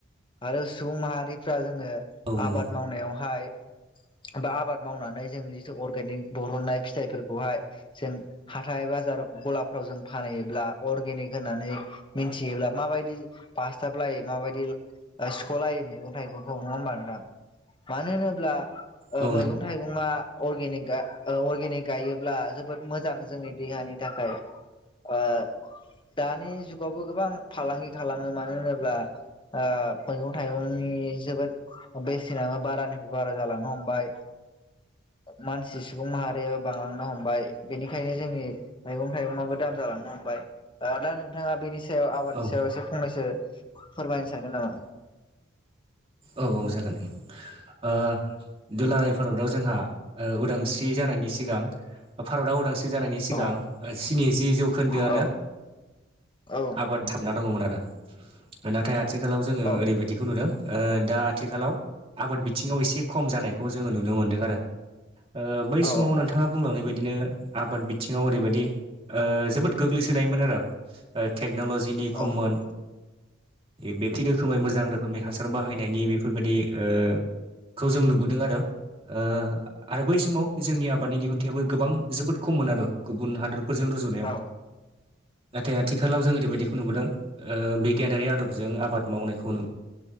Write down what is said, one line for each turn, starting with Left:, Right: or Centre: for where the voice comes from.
Left: आरो सुबुं माहारिफ्रा जोङो
Right: औ नंगौ
Left: आबाद मावनायावहाय बा आबाद मावनानै जों जिथु अर्गेनिक बरहननाय फिथाइफोरखौहाय जों हाथाय बाजार गलाफ्राव जों फानहैयोब्ला अरगेनिक होननानै मिथियोब्ला माबायदि बास्थाब लायो माबायदि ओ सिख' लायो मैगं थाइगंखौ नङा होमबा नोंथां मानो होनोब्ला ओ
Right: औ
Left: मैगं थाइगं अनिक ओ अर्गेनिक गायोब्ला जोबोद मोजां जोंनि देहानि थाखाय ओ दानि जुगावबो गोबां फालांगि खालामो मानो होनोब्ला ओ मैगं थाइगंनि जोबोद बेसेनाबो बारानिफ्राय बारा जालांनो हमबाय। मानसि सुबुं माहारिया बांलांनो हमबाय बेनिखायनो जोंनि मैगं थाइगंआबो दाम जालांनो हमबाय ओ दा नोंथांङा बेनि सायाव आबादनि
Right: औ
Left: सायाव एसे फंनैसो फोरमायनो सानगोन नामा?
Right: औ औ जागोन ओ दुलाराय भारताव जोंहा ओ उदांस्रि जानायनि सिगां भारतआ उदांस्रि जानायनि सिगां
Left: औ
Right: ओ स्निजि जौखोन्दोआनो
Left: औ औ
Right: आबाद नां थाबना दंङमोन आरो नाथाय आथिखालाव जोंङो
Left: औ
Right: ओरैबायदिखौ नुदों ओ दा आथिखालाव आबाद बिथिंङाव एसे खम जानायखौ जोंङो नुनो मोनदों आरो ओ बै
Left: औ
Right: समाव थांङा बुंलांनाय बायदिनो आबाद बिथिंङाव ओरैबायदि ओ जोबोद गोग्लैसोनायमोन आरो। ओ टेक्न'ल'जिनि खममोन।
Left: औ
Right: बेकथि रोखोमै मोजां रोखोमनि हासार बाहायनायनि बेफोरबायदि ओ खौ जों नुबोदों आरो ओ आरो बै समाव जोंनि आबादनि दिहुन्थायबो गोबां जोबोद खममोन आरो गुबुन हादोरफोरजों रुजुनायाव।
Left: औ
Right: नाथाय आथिखालाव जों ओरैबायदिखौ नुबोदों ओ बिगियानारि आदबजों आबाद मावनायखौ नु